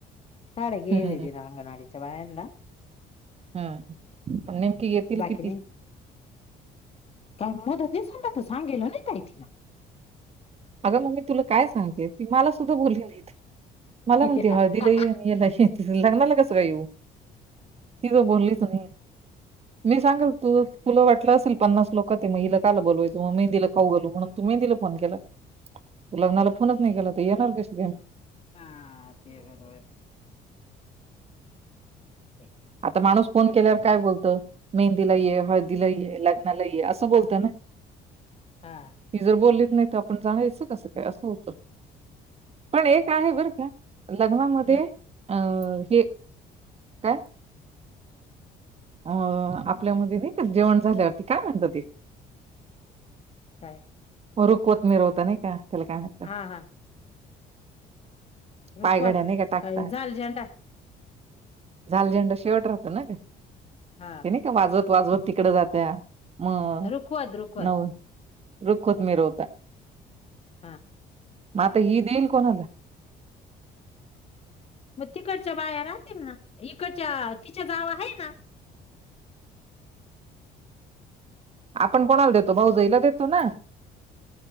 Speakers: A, on the left; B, on the right.
A: साड्या घेईल
B: हं,
A: तिनं अंगवाडीच्या बायांना.
B: हम्म! पण नेमकी येतील
A: बाकी
B: किती?
A: नाही काय मोदत नाही, समजा तर सांगेल नाही काही तिला?
B: अगं मम्मी तुला काय सांगते ती मला सुद्धा बोलली नाही तर,
A: तिला
B: मला म्हणते हळदीला य लग्नाला कसं काय येऊ, ती तर बोललीच नाही, मी सांगल तू तुला वाटलं असेल. पन्नास लोकात ये म इला काला बोलवायचं मेंदिला खाऊ घालू म्हणून तू मेंदीला फोन केल. तू लग्नाला फोनच नाही केला तर येणार कशी ग!
A: हा ते बरोबर! आहे.
B: आता माणूस फोन केल्यावर. काय बोलत मेहंदीला ये, हळदीला ये, लग्नाला ये, असं बोलत ना.
A: हा
B: ती जर बोललीत नाही तर आपण जाणयचं कसं काय असं होतं पण एक आहे बरं का! लग्नामध्ये
A: हा
B: अ हे काय. अं आपल्यामध्ये नाही का, जेवण झाल्यावरती काय म्हणत ते
A: काय
B: रुखवत मिरवता नाही का, त्याला काय म्हणत.
A: हा हा रुखवत
B: पायघड्या नाही का टाकता,
A: काय झाल झेंडा
B: झाल झंडा शेवट राहतो ना ग
A: हा
B: ते नाही का वाजवत वाजवत तिकड जात्या मग
A: रुखवत रुखवत
B: नऊ रुखवत मिरवता.
A: ह.
B: मग आता हि देईल कोणाला?
A: तिकडच्या बाया राहतील ना, इकडच्या तिच्या जावा आहे ना.
B: आपण कोणाला देतो भाऊजईला देतो ना?